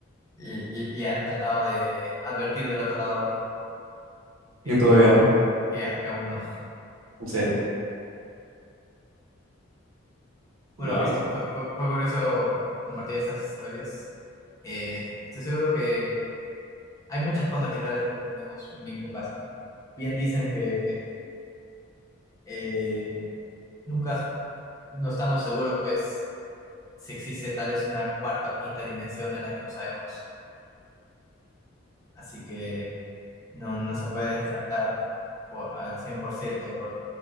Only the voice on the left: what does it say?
le, le- le han tratado de advertir del otro lado que,
ah,
que, que aún no.
Bueno,
Cristian, fue, fue- fue curioso compartir estas historias. Eh, estoy seguro que hay muchas cosas que tal vez no entendemos muy bien que pasan. Bien dicen que eh, nunca No estamos seguros, pues, si existe tal vez una cuarta o quinta dimensión de la que no sabemos. Así que no, no se puede descartar o- al 100%